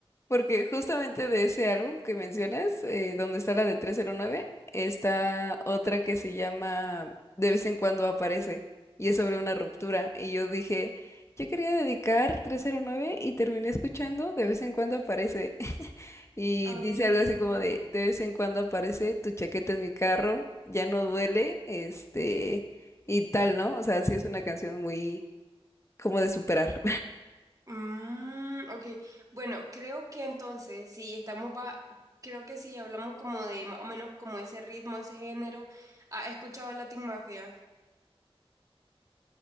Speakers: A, on the left; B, on the right.
A: Porque justamente de ese álbum que mencionas, eh, donde está la de 309, está
B: Ah,
A: otra que se llama De vez en cuando aparece y es sobre una ruptura. Y yo dije, yo quería dedicar 309 y terminé escuchando De vez en cuando aparece. <laughs> Y
B: ah.
A: dice algo así como de, de vez en cuando aparece tu chaqueta en mi carro, ya no duele, este, y tal, ¿no? O sea, sí es una canción muy como de superar.
B: Mm, ok, bueno, creo que entonces, si estamos, va, creo que si hablamos como de más o menos como ese ritmo, ese género, ¿has escuchado Latin Mafia?